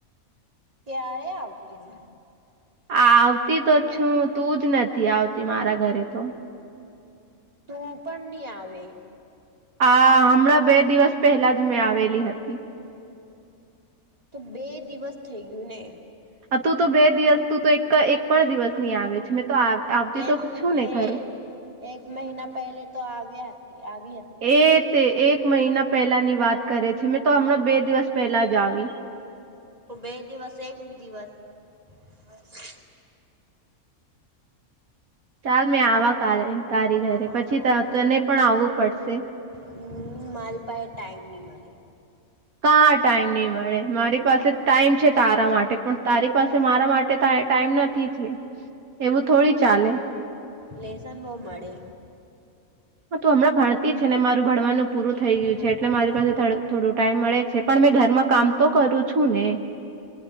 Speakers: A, on the right; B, on the right.
A: ક્યારે આવતી
B: આવતી તો છું તું જ નથી આવતી મારા ઘરે તો
A: તું પણ નહી આવે
B: આ હમણાં બે દિવસ પહેલાં જ મેં આવેલી હતી.
A: તો બે દિવસ થઈ ગયું ને
B: તું તો બે દિવસ તું તો એક પણ દિવસ ની આવે છે મેં તો આવતી
A: કેમ
B: તો છું ને
A: એ
B: ખરું
A: એક મહિના પહેલે તો આવ્યા હતી આવી હતી.
B: એ તે એક મહિના પહેલા ની વાત કરે છે મેં તો હમણાં બે દિવસ પહેલા જ આવી
A: તો બે દિવસ એક દિવસ
B: ચાલ મેં આવા કાલે તારી ઘરે
A: હા
B: પછી તને પણ આવવું પડશે.
A: હમ માલ પાય ટાઈમ નહી મળે
B: કા ટાઈમ નહી મળે મારી પાસે ટાઈમ છે તારા માટે પણ તારી પાસે મારા માટે ત ટાઈમ નથી છે એવું થોડી ચાલે
A: લસન બહવ મળે
B: હ તું હમણાં ભતી છે ને મારું ભણવાનું પૂરું થઈ ગયું
A: હા
B: છે એટલે મારી
A: તો
B: પાસે થ થોડો ટાઈમ મળે છે પણ મેં ઘરમાં કામ તો કરું છું ને